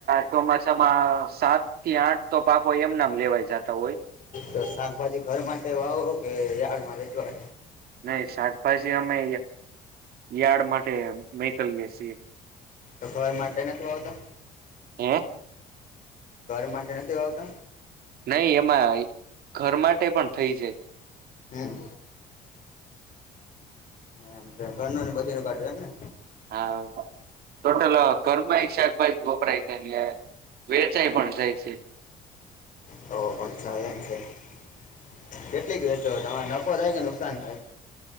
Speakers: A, on the right (about 65°); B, on the left (about 50°).
A: ચોમાસામાં સાત થી આઠ તો પાક હોય. એમ નામ લેવાય જતા હોય.
B: તો શાકભાજી ઘર માટે વાવો કે યાર્ડમાં વેચવા?
A: નહી શાકભાજી અમે યાર્ડ માટે મેકલીએ છીએ.
B: તો ઘર માટે નથી વાવતા!
A: હૈ
B: ઘર માટે નથી વાવતા!
A: નહી એમાં ઘર માટે પણ થઈ જાય.
B: હમ્મ. એમ ઘનુંને બધીનું કાઢ એમને
A: હા ટોટલ ઘર માં શાકભાજી કઈક વપરાય છે વેરચાઈ પણ જાય છે. છે.
B: ઓ હો એમ છે - કેટલીક વેચો તમારો નફો થાય કે નુકસાન થાય